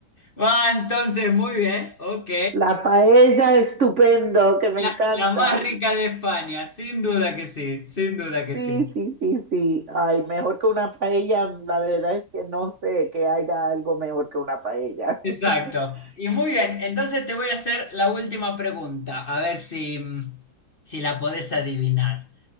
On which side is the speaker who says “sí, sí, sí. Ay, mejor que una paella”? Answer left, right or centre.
Right